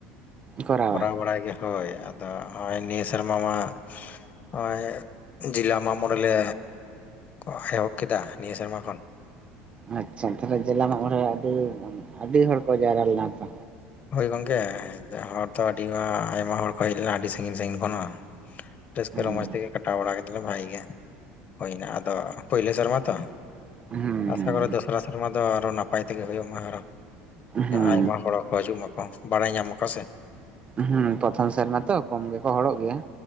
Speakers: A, on the right (about 25°); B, on the left (about 40°).
A: ᱠᱚᱨᱟᱣᱟ?
B: ᱠᱚᱨᱟᱣ ᱵᱟᱲᱟᱭ ᱜᱮᱭᱟ ᱦᱳᱭ ᱟᱫᱚ ᱦᱚᱸᱜᱼᱚᱭ ᱱᱤᱭᱟᱹ ᱥᱮᱨᱢᱟ ᱢᱟ ᱱᱚᱜᱚᱭ ᱡᱤᱞᱟ ᱢᱟᱜ ᱢᱚᱲᱮᱞᱮ ᱠᱚ ᱮᱦᱚᱵ ᱠᱮᱫᱟ ᱱᱤᱭᱟᱹ ᱥᱮᱨᱢᱟ ᱠᱷᱚᱱ
A: ᱟᱪᱪᱷᱟ ᱛᱟᱦᱚᱞᱮ ᱡᱮᱞᱟ ᱢᱟᱜ ᱢᱚᱬᱮ ᱟᱹᱰᱤ ᱟᱹᱰᱤ ᱦᱚᱲ ᱠᱚ ᱡᱟᱣᱨᱟᱞᱮᱱᱟ ᱛᱚ
B: ᱦᱳᱭ ᱜᱚᱝᱠᱮ ᱦᱚᱲ ᱛᱚ ᱟᱹᱰᱤ ᱟᱭᱢᱟ ᱦᱚᱲ ᱠᱚ ᱦᱮᱡ ᱞᱮᱱᱟ ᱟᱹᱰᱤ ᱥᱟᱹᱜᱤᱧ ᱥᱟᱹᱜᱤᱧ ᱠᱷᱚᱱᱟᱜ ᱨᱟᱹᱥᱠᱟᱹ
A: ᱦᱩᱸ
B: ᱨᱚᱢᱚᱡᱽ ᱛᱮᱜᱮ ᱠᱟᱴᱟᱣ ᱵᱟᱲᱟ ᱠᱮᱫᱟᱞᱮ ᱵᱷᱟᱜᱤ ᱜᱮ ᱦᱩᱭᱱᱟ ᱟᱫᱚ ᱯᱳᱭᱞᱳ ᱥᱮᱨᱢᱟ ᱛᱚ
A: ᱦᱩᱸ
B: ᱟᱥᱟ
A: ᱦᱩᱸ
B: ᱠᱚᱨ ᱫᱚᱥᱨᱟ ᱥᱮᱨᱢᱟ ᱫᱚ ᱟᱨᱚ ᱱᱟᱯᱟᱭ ᱛᱮᱜᱮ ᱦᱩᱭᱩᱜ ᱢᱟ ᱟᱨᱚ
A: ᱦᱩᱸ
B: ᱟᱭᱢᱟ ᱦᱚᱲ ᱦᱳᱭ ᱡᱚᱢ ᱢᱟᱠᱚ ᱵᱟᱲᱟᱭ ᱧᱟᱢᱠᱚ ᱥᱮ
A: ᱦᱮᱸ ᱯᱨᱚᱛᱷᱚᱢ ᱥᱮᱨ ᱢᱟ ᱛᱚ ᱠᱚᱢ ᱜᱮᱠᱚ ᱦᱚᱲᱚᱜ ᱜᱮᱭᱟ